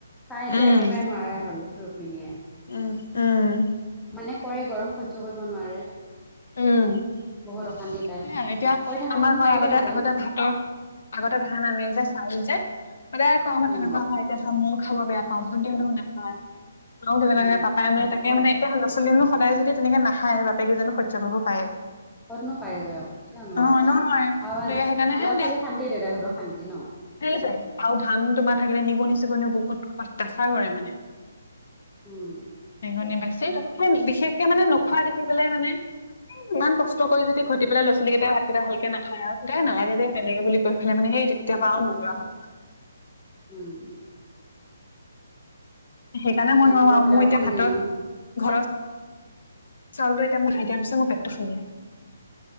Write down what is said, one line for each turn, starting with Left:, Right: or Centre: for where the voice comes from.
Centre: তাই এতিয়া
Left: উম
Centre: একেবাৰে নোৱাৰাই হল ৰুক্মিণীয়ে।
Left: উম, উম।
Centre: মানে কৰে গৰম সহ্য কৰিব নোৱাৰে।
Left: উম
Centre: বহুত
Left: সেইয়াই
Centre: অশান্তি পায়
Left: এতিয়া
Centre: কৰি থকাহেঁতেন
Left: আমাৰ ঘৰ
Centre: পাৰিলেহেঁতেন
Left: আগতে আগতে ভাতৰ আগতে ধান আনে যে চাউল যে। সদায় <unintelligible>
Centre: উম
Left: তেনেকুৱা ঠাইতে ধো খাব বেয়া পাওঁ। ভণ্টিহতো নাখায়। ম তেনেকে
Centre: উম
Left: পাপাই মান তাকে মানে এতিয়া ল'ৰা ছোৱালীয়েনো সদায় যদি তেনেকে নাখায় বাপেকে জানো সহ্য কৰিব পাৰে?
Centre: কতনো পাৰেগৈ আৰু। কিয় নোৱাৰে
Left: অ এনেও
Centre: নো? আৰু
Left: গতিকে
Centre: ল'ৰা-ছোৱালী
Left: সেইকাৰণে দে
Centre: শান্তিয়ে দেউতাকহঁতৰ শান্তি ন।
Left: সেইটোৱে আৰু ধান তোমাৰ থাকিলে নিগনি চিগনিও বহুত অত্যাচাৰ কৰে মানে।
Centre: উম।
Left: <unintelligible> তাৰ বিশেষকে মানে নোখোৱা দেখি পেলাই মানে ইমান কছ কষ্ট কৰি যদি ঘটি পেলাই ল'ৰা-ছোৱালী কেইটাই ভাতকেইটা ভালকে নাখায় আও দে নালাগে দে এনেকে বুলি গৈ পেলাই মানে সেই তেতিয়াৰ পৰা আও নোলোৱা হ'ল।
Centre: উম।
Left: সেইকাৰণে মই
Centre: বিক্ৰী
Left: নোৱাৰু
Centre: কৰি
Left: আৰু
Centre: পেলাই
Left: মোৰ
Centre: আকৌ
Left: এতিয়া
Centre: কিনি
Left: ভাতৰ
Centre: আনে
Left: ঘৰত চাউলটো এতিয়া মোৰ <unintelligible> মোৰ পেটটো ফুলে।